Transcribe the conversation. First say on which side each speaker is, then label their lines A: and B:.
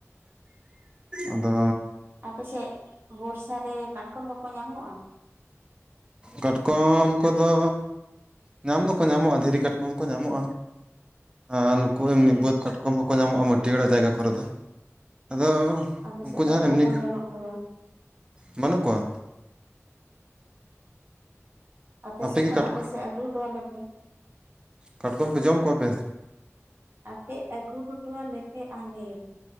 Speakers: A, on the right; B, on the right.
A: ᱟᱫᱚ,
B: ᱟᱯᱮᱥᱮᱜ ᱵᱚᱨᱥᱟ ᱨᱮ ᱠᱟᱴᱠᱚᱢ ᱠᱚᱠᱚ ᱧᱟᱢᱚᱜᱼᱟ?
A: ᱠᱟᱴᱠᱚᱢ ᱠᱚᱫᱚ ᱧᱟᱢ ᱫᱚᱠᱚ ᱧᱟᱢᱚᱜᱼᱟ ᱫᱷᱤᱨᱤ ᱠᱟᱴᱠᱚᱢ ᱠᱚ ᱧᱟᱢᱚᱜᱼᱟ᱾ ᱟᱨ ᱱᱩᱠᱩ ᱮᱢᱱᱤ
B: ᱚ
A: ᱵᱟᱹᱫᱽ ᱠᱟᱴᱠᱚᱢ ᱦᱚᱸᱠᱚ ᱧᱟᱢᱚᱜᱼᱟ ᱢᱟᱹᱴᱤᱭᱟᱲᱟ ᱡᱟᱭᱜᱟ ᱠᱚᱨᱮ ᱫᱚ ᱟᱫᱚ,
B: ᱟᱞᱮ
A: ᱩᱱᱠᱩ
B: ᱥᱮᱫᱜ
A: ᱡᱟᱦᱟᱸ
B: ᱫᱚ ᱠᱟᱴᱠᱚᱢ
A: ᱮᱢᱱᱤ ᱠᱚ
B: ᱵᱟᱹᱱᱩᱜ ᱠᱚᱣᱟ᱾
A: ᱵᱟᱹᱱᱩᱜ ᱠᱚᱣᱟ
B: ᱟᱯᱮᱥᱮᱜ
A: ᱟᱯᱮ
B: ᱠᱷᱚᱱ
A: ᱜᱮ ᱠᱟᱴ
B: ᱟᱞᱮᱥᱮᱜ ᱟᱹᱜᱩ ᱦᱚᱴᱚᱣᱟ ᱞᱮᱯᱮ᱾
A: ᱠᱟᱴᱠᱚᱢ ᱯᱮ ᱡᱚᱢ ᱠᱚᱣᱟ ᱯᱮ?
B: ᱟᱯᱮ ᱟᱹᱜᱩ ᱦᱚᱴᱚᱣᱟᱞᱮ ᱯᱮ ᱟᱞᱮ᱾